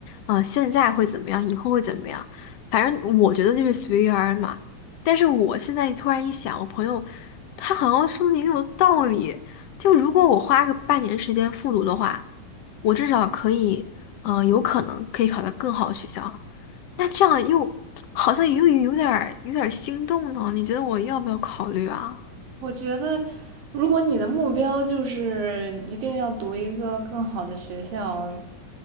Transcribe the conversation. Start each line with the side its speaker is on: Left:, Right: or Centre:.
Left: 嗯、现在会怎么样，以后会怎么样，反正我觉得就是随遇而安嘛。但是我现在突然一想，我朋友他好像说的也有道理，就如果我花个半年时间复读的话，我至少可以，嗯、有可能可以考到更好的学校。那这样又好像又有点儿有点儿心动呢，你觉得我要不要考虑啊？
Right: 我觉得如果你的目标就是一定要读一个更好的学校，